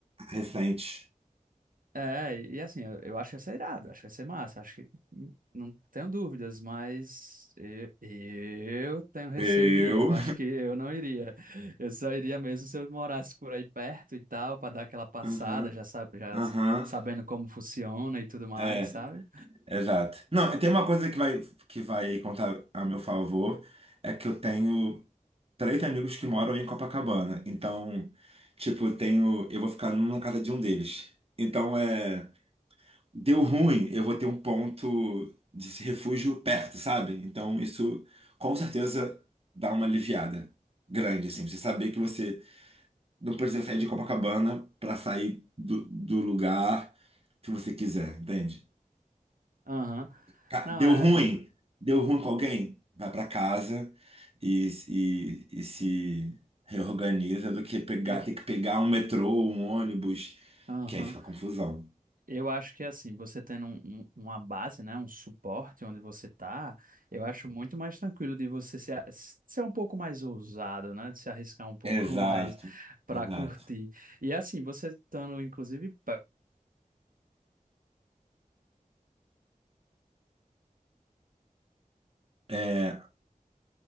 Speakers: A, on the right; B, on the right.
A: recente.
B: É, e assim, eu, eu acho que vai ser irado, acho que vai ser massa, acho que n- não tenho dúvidas, mas eu, eu tenho receio
A: Eu.
B: de ir, eu acho que eu não iria. Eu só iria mesmo se eu morasse por aí perto e tal, para dar aquela passada,
A: Aham,
B: já sabe, já
A: aham.
B: s- sabendo como funciona e tudo mais,
A: É,
B: sabe?
A: exato. Não, tem uma coisa que vai, que vai contar a meu favor, é que eu tenho três amigos que moram em Copacabana. Então, tipo, eu tenho. Eu vou ficar numa casa de um deles. Então é. deu ruim, eu vou ter um ponto de refúgio perto, sabe? Então isso com certeza dá uma aliviada grande, assim. Você saber que você não precisa sair de Copacabana para sair do, do lugar que você quiser, entende?
B: Aham.
A: Ca-
B: Não,
A: Deu
B: é,
A: ruim, deu ruim com alguém, vai para casa e, e, e se reorganiza do que pegar,
B: eu,
A: ter que pegar um metrô, um ônibus,
B: aham.
A: que aí fica confusão.
B: Eu acho que assim, você tendo um- um- uma base, né, um suporte onde você tá, eu acho muito mais tranquilo de você se a- ser um pouco mais ousado, né, de se arriscar um pouco
A: Exato,
B: <laughs> mais para
A: exato.
B: curtir. E assim, você estando inclusive pe-
A: É,